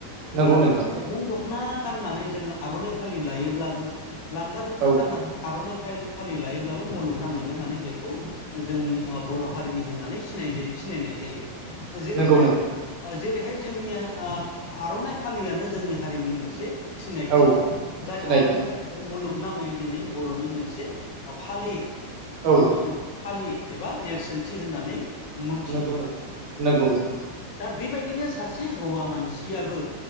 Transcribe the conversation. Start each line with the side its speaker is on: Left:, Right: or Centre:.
Right: नंगौ
Left: दा
Right: नोंथां
Left: जों अग्रं दख दख'ना गाननानै जोङो आर'नाइ फालि लायोब्लाबो लांगा दख'ना
Right: औ
Left: गाननानै <unintelligible> आर'नाइ फायल फालि लायोब्लाबो मुलुगनाङैनो माने बे खौ जोंनि ओ बर' हारिनि होननानै सिनाय जायो सिनायनाय जायो जेरैहाय
Right: नंगौ नोंथां
Left: ओ जेरैहाय जोंनि ओ आर'नाइ फालियानो जोंनि हारिनि मोनसे सिनायथि
Right: औ
Left: जाय
Right: सिनायथि
Left: आर'नाइ फालि बे मुलुगनाङै दिनै बर'नि मोनसे ओ फालि बर'नि
Right: औ
Left: मोन फालि एबा नेरसोनथि होननानै मोनथियो
Right: नोंगौ नोंगौ <unintelligible>
Left: दा बेबायदिनो सासे हौवा मानसियाबो